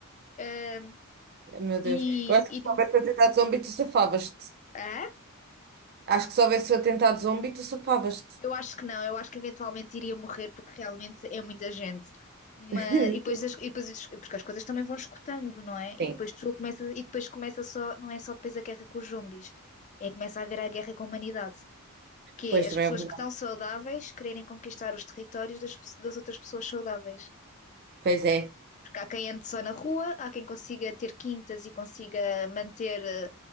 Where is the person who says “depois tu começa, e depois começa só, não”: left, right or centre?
Left